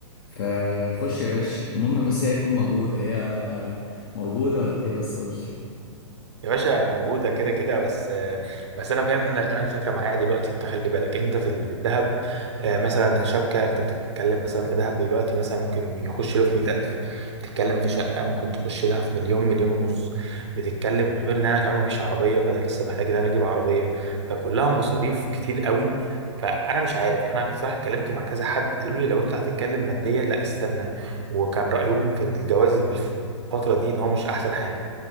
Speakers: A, on the left; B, on the right.
A: فخش يا باشا المهم بس هي تكون موجودة هي موجودة ولا ايه بس قولي
B: يا باشا موجودة كده كده بس بس أنا فاهم أنا أنا الفكرة معايا دلوقتي أنت خلي بالك أنت في ال- في الذهب آه، مثلا شبكة أنت بتتكلم مثلا في ذهب دلوقتي مثلا ممكن يخش له في مية ألف بتتكلم في شقة ممكن تخش لها في مليون مليون ونص بتتكلم غير إن أنا كمان مفيش عربية فأنا لسه محتاج إن أنا أجيب عربية فكلها مصاريف كتير قوي فأنا مش عارف أنا صراحة اتكلمت مع كذا حد قالوا لي لو أنت هتتكلم ماديا لا استنى وكان رأيهم في الجواز بالفترة دي إن هو مش أحسن حاجة